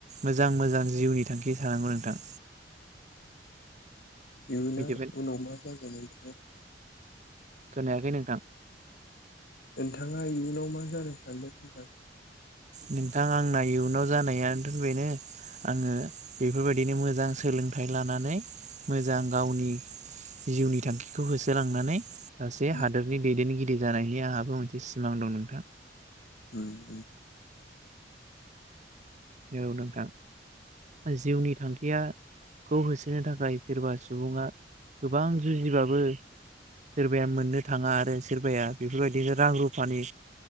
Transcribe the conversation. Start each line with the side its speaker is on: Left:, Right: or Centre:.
Right: मोजां मोजां जिउनि थांखि सानांगौ नोंथां
Left: इयुनाव
Right: मिथिबाय
Left: उनाव मा जागोन नोंथाङा
Right: खोनायाखै नोंथां
Left: नोंथाङा इयुनाव मा जानो सानदों होनबा
Right: नोंथां आंना इयुनाव जानायानोथ बेनो आङो बेफोरबायदिनो मोजां सोलोंथाइ लानानै मोजां गावनि जिउनि थांखिखौ होसोलांनानै सासे
Left: उम
Right: हादोरनि दैदेनगिरि जानायनि आंहाबो मोनसे सिमां दं नोंथां
Left: उम
Right: औ नोंथां जिउनि थांखिया खौ होसोनो थाखाय सोरबा सुबुङा गोबां जुजिब्लााबो सोरबाया मोननो थाङा आरो सोरबाया बेफोरबायदिनो रां रुफानि